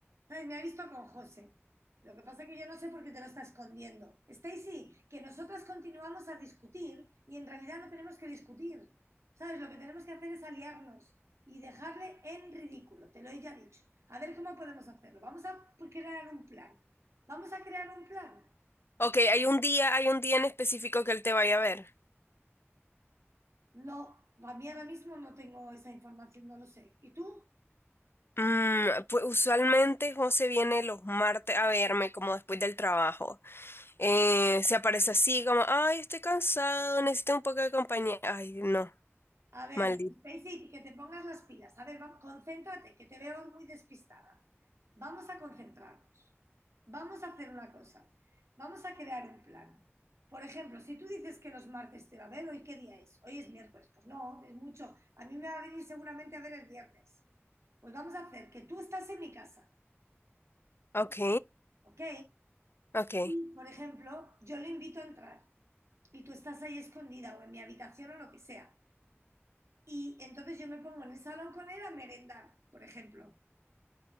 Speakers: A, on the right; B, on the left.
A: ¿Sabes? Me ha visto con José. Lo que pasa es que yo no sé por qué te lo está escondiendo. Stacy, que nosotras continuamos a discutir y en realidad no tenemos que discutir. ¿Sabes? Lo que tenemos que hacer es aliarnos y dejarle en ridículo, te lo he ya dicho. A ver cómo podemos hacerlo. Vamos a crear un plan. ¿Vamos a crear un plan?
B: Ok, hay un día, hay un día en específico que él te vaya a ver.
A: No, a mí ahora mismo no tengo esa información, no lo sé. ¿Y tú?
B: Mm, pues usualmente José viene los martes a verme como después del trabajo. Eh, se aparece así como, ay, estoy cansado, necesito un poco de compañía. Ay, no,
A: A ver,
B: maldito.
A: Stacy, que te pongas las pilas. A ver, vamos, concéntrate, que te veo muy despistada. Vamos a concentrarnos. Vamos a hacer una cosa. Vamos a crear un plan. Por ejemplo, si tú dices que los martes te va a ver, ¿hoy qué día es? Hoy es miércoles. Pues no, es mucho. A mí me va a venir seguramente a ver el viernes. Pues vamos a hacer que tú estás en mi casa,
B: Ok,
A: ¿ok?
B: ok,
A: Y, por ejemplo, yo le invito a entrar y tú estás ahí escondida o en mi habitación o lo que sea. Y entonces yo me pongo en el salón con él a merendar, por ejemplo.